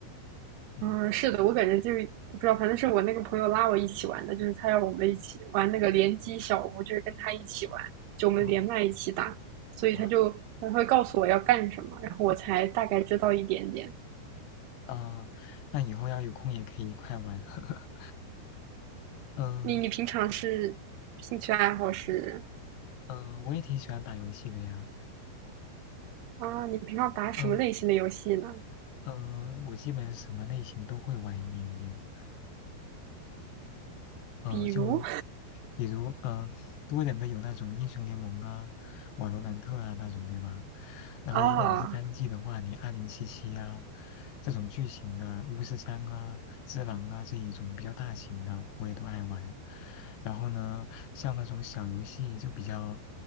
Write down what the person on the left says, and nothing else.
嗯，
哦，
哇，
啊，那以后要有空也可以一块玩。<laughs> 嗯
嗯，我也挺喜欢打游戏的呀。
嗯嗯，我基本什么类型都会玩一点点。呃，
就比如呃，多人的有那种英雄联盟啊、瓦罗兰特啊那种，对吧？然后如果嗯你是单机的话，
你二零七七啊这种剧情的巫师三啊、只狼啊这一种比较大型的，我也都爱玩。然后呢，像那种小游戏就比较。